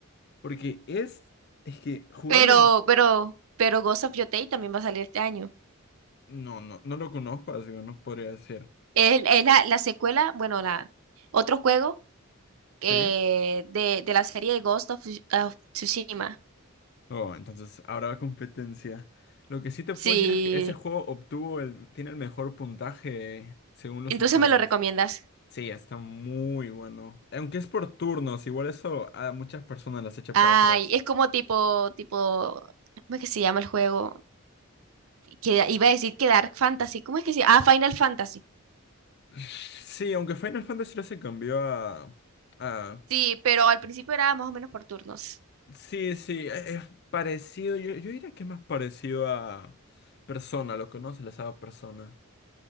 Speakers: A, on the left (about 50°); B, on the right (about 75°).
A: Porque es, es que jugable,
B: Pero, pero, pero Ghost of Yotei también va a salir este año.
A: no, no, no lo conozco, así que no podría decir.
B: Es, es la, la secuela, bueno, la otro juego que
A: Sí.
B: de, de la serie de Ghost of, Tsu- of Tsushima.
A: Oh, entonces habrá competencia. Lo que sí te
B: Sí.
A: puedo decir es que ese juego obtuvo el, tiene el mejor puntaje según los
B: Entonces
A: usuarios.
B: me lo recomiendas.
A: Sí, está muy bueno. Aunque es por turnos, igual eso a muchas personas las echa
B: Ay,
A: para atrás.
B: es como tipo, tipo, ¿cómo es que se llama el juego? Que iba a decir que Dark Fantasy. ¿Cómo es que se llama? Ah, Final Fantasy.
A: <laughs> Sí, aunque Final Fantasy ya se cambió a, a
B: Sí, pero al principio era más o menos por turnos.
A: Sí, sí, es es parecido. Yo, yo diría que es más parecido a Persona, lo conoce, la saga Persona.